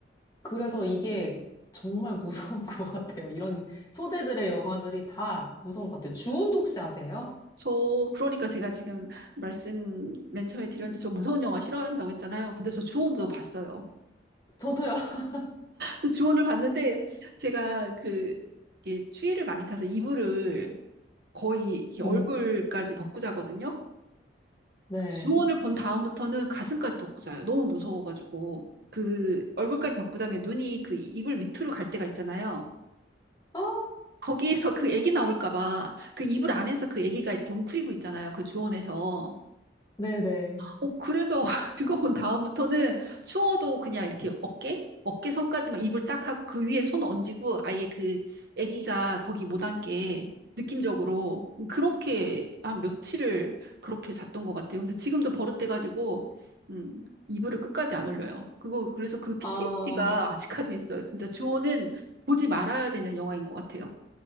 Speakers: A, on the left (about 20°); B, on the right (about 60°).
A: 그래서 이게 정말 무서운 <laughs> 것 같아요. 이런 소재들의 영화들이 다 무서운 것 같아요. 주온도 혹시 아세요?
B: 저 그러니까 제가 지금 말씀 맨 처음에 드렸는데 저 무서운 영화 싫어한다고 했잖아요. 근데 저 주원도 봤어요.
A: 저도요. <laughs>
B: 근데 주원을 봤는데 제가 그 이게 추위를 많이 타서 이불을 거의 이렇게
A: 음,
B: 얼굴까지 덮고 자거든요.
A: 네.
B: 주원을 본 다음부터는 가슴까지 덮고 자요. 너무 무서워가지고 그 얼굴까지 덮고 자면 눈이 그 이불 밑으로 갈 때가 있잖아요.
A: 아,
B: 거기에서 그 애기 나올까 봐 그 이불 안에서 그 애기가 이렇게 웅크리고 있잖아요. 그 주원에서.
A: 네네.
B: 어, 그래서 <laughs> 그거 본 다음부터는 추워도 그냥 이렇게 어깨? 어깨 선까지만 이불 딱 하고 그 위에 손 얹이고 아예 그 아기가 거기 못 앉게 느낌적으로 그렇게 한 며칠을 그렇게 잤던 것 같아요. 근데 지금도 버릇돼가지고, 음, 이불을 끝까지 안 올려요. 그거, 그래서 그 PTSD가
A: 아,
B: 아직까지 있어요. 진짜 주호는 보지 말아야 되는 영화인 것 같아요.